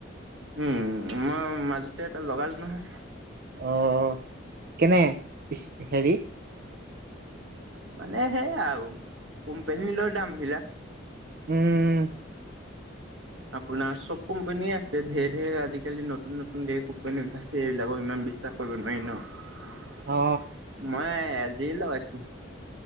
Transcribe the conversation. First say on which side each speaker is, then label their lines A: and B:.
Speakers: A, on the right; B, on the right.
A: উম, মই মাজতে এটা লগালো নহয়।
B: অঁ, কেনে হেৰি
A: মানে সেইয়া আৰু কোম্পানীলৈ দাম বিলাক।
B: উম
A: আপোনাৰ চব কোম্পানীয়ে আছে, ঢেৰ-ঢেৰ আজিকালি নতুন- নতুন ধেৰ কোম্পানী উলাইছে, এইবিলাকক ইমান বিশ্বাস কৰিব নোৱাৰি ন।
B: অ
A: মই এল জি এ লগাইছো।